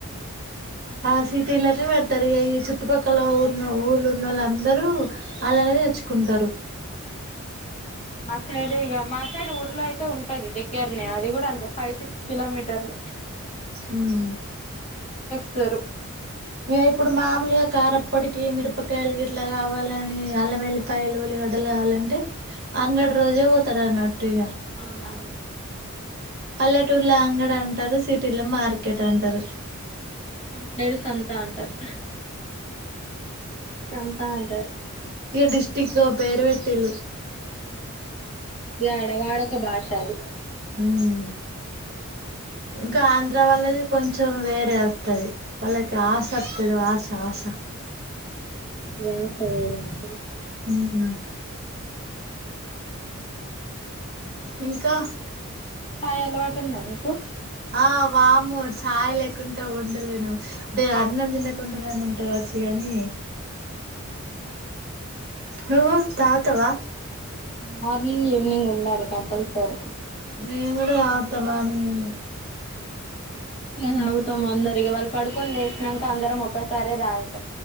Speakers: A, on the right; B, on the left.
A: ఆ సిటీలోనే పెడతారు ఏం ఈ చుట్టుపక్కల ఉన్న ఊళ్ళ ఉన్నోళ్ళు అందరూ అలానే తెచ్చుకుంటారు.
B: మా సైడ్ ఇక మా సైడ్ ఊర్లో అయితే ఉంటది దగ్గరనే అది కూడా అంతే ఫైవ్ సిక్స్ కిలోమీటర్లే
A: హ్మ్
B: సరు
A: ఇగ ఇప్పుడు మామూలుగా కారప్పొడికి మిరపకాయలు గిట్లా కావాలని అల్ల వెల్లిపాయలు ఉల్లిగడ్డ <unintelligible> వాలంటే అంగడి రోజే పోతారు అన్నట్టు ఇగ
B: అవునవును
A: పల్లెటూర్లో అంగడంటారు సిటీలో మార్కెట్ అంటారు
B: మాట్లాడు సంత అంటారు తంతా అంటారు
A: ఈ డిస్టక్ పేరువెట్ టిల్లు
B: వ్యాడ వాడక భాష అది
A: మ్మ్ ఇంకా ఆంధ్ర వాళ్ళది కొంచెం వేరే వస్తుది వాళ్ళకి ఆశ వస్తుంది ఆశ ఆశ
B: యా సమేరు అక్క
A: మ్మ్ ఇంకా
B: కాయ అలవాటు ఉందా నీకు
A: ఆ వామ్మో చాయ్ లేకుంటే ఉండలేను అంటే అన్నం తినకుండా నేను ఉంటావచ్చు కానీ నువ్ తాగుతావా
B: మార్నింగ్ ఈవినింగ్ ఉండాలి కంపల్సరీ
A: నేను కూడా తాగుతా మానింగ్ అని
B: తాగుతం అందరి వాళ్ళు పడుకొని లేసినంక అందరం ఒక్కసారే తాగు